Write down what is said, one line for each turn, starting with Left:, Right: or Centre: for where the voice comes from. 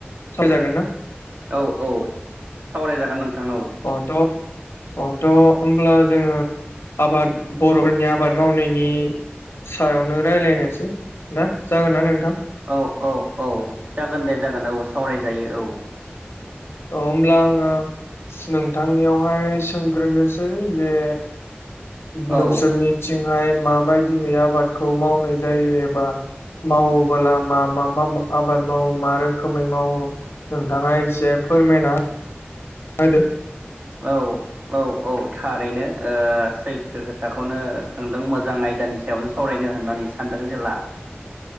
Left: सवराय जागोन ना?
Right: औ औ सावरायजागोन नोंथां औ।
Left: औ त' औ त' होनब्ला जोङो आबाद बर'नि आबाद मावनाय नि सायावनो रायलायनोसै ना जागोन ना नोंथां?
Right: औ औ औ जागोन दे जागोन औ सावरायजायो औ।
Left: त' होमब्ला आङो नोंथांनियावहाय सोंग्रोनोसै जे नोंसोरनिथिंहाय
Right: औ
Left: माबायदिहै आबादखौ मावनाय जायो एबा मावोबोला मा मा मा आबाद मावो मा रोखोमै मावो? नोंथाङा एसे फोरमायना होदो
Right: औ औ औ थारैनो ओ सैथो खोथाखौनो सोंदों मोजां आयदानि सायावनो सायावनो सावरायनो होननानै सानदों जेला